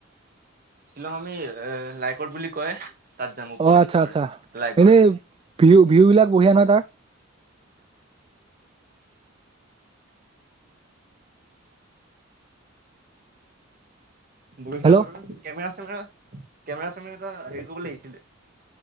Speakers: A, on the right; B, on the right.
A: শ্বিলং আমি এ লাইকট বুলি কয় তাত যাম ওপৰত
B: অ আচ্ছা
A: একেবাৰে
B: আচ্ছা
A: লাইকত,
B: এনেই ভিউ
A: উম।
B: ভিউ
A: <inaudible>
B: বিলাক বঢ়িয়া নহয় তাৰ
A: বঢ়িয়া
B: হেল্ল'
A: বাৰু, কেমেৰা চেমেৰা, কেমেৰা চেমেৰা এটা হেৰি কৰিব লাগিছিলে।